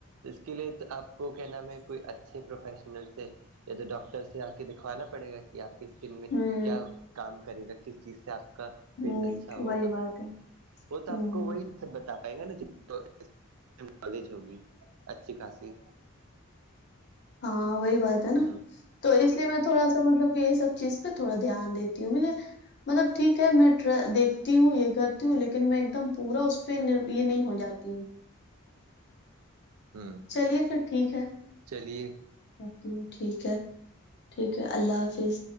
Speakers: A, on the right (about 80°); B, on the left (about 55°).
A: اس کے لیے تو آپ کو کیا نام ہے کوئی اچھے پروفیشنل سے یا تو ڈاکٹر سے آ کے دکھوانا پڑے گا کہ آپ کے اسکن میں
B: ہوں
A: کیا کام کرے گا کس چیز سے آپ کا پیس
B: ہوں
A: اچھا ہوگا
B: وہی بات ہے
A: وہ تو
B: ہوں
A: آپ کو وہی خود بتا پائے گا نا نالج ہوگی اچھی خاصی
B: ہاں وہی بات ہے
A: ہ
B: نا تو اس لیے میں تھوڑا سا مطلب کہ یہ سب چیز پہ تھوڑا دھیان دیتی ہوں م مطلب ٹھیک ہے میں ٹر دیکھتی ہوں یہ کرتی ہوں لیکن میں ایک دم پورا پھر یہ نہیں ہو جاتی ہوں
A: ہ
B: چلیے پھر ٹھیک ہے
A: چلیے
B: رکھتی ہوں ٹھیک ہے ٹھیک ہے اللہ حافظ